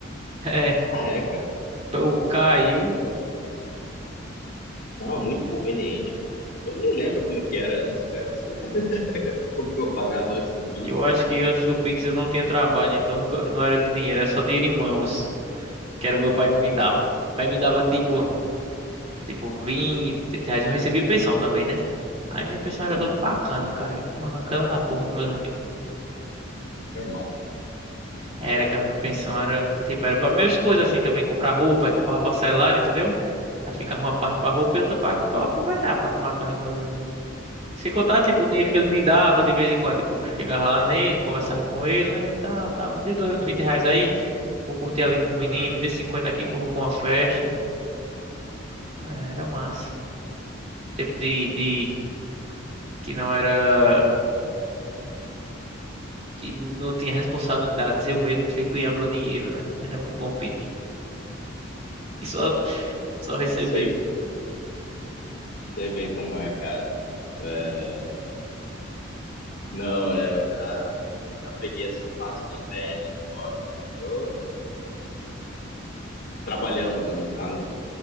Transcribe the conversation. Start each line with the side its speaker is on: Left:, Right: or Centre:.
Right: <laughs>
Left: Ah, é, cara.
Right: É, o caiu.
Left: Exato. Não, muito conveniente, cara. Eu nem lembro como que era antes, cara. se- <laughs> Como que eu pagava antes do Pix.
Right: Eu acho que antes do Pix eu não tinha trabalho, então nunca, não era de dinheiro, era só dinheiro em mãos. que era o meu pai que me dava. O pai me dava tipo, tipo 20, 30 reais. Eu recebia pensão também, né? Aí minha pensão era
Left: É,
Right: toda bacana, cara. Eu tomava cana da porra com meus amigos.
Left: normal,
Right: Era, cara, minha pensão era, tipo, era pra minhas coisas assim também, comprar roupa, aí comprava parcelado, entendeu? Aí ficava uma parte pra roupa e outra parte pra aproveitar, pra tomar cana com meus amigos. Sem contar, tipo,
Left: tá
Right: o
Left: certo.
Right: dinheiro que ele me dava de vez em quando, tipo, eu chegava lá nele, conversava com ele, né, e tal, tal, me dê dois- 20 reais aí, vou curtir ali com os meninos, me dê 50 aqui que eu vou pra uma festa. Ah, Era massa tempo de, de que não era, que não tinha responsabilidades. Eu mesmo tinha que ganhar meu dinheiro, né? Era muito bom pedir e só, só receber.
Left: Sei, sei bem como é, cara. É, não, é, eu já, já peguei essa fase do TED, do DOC. Eu trabalhando, né, no caso.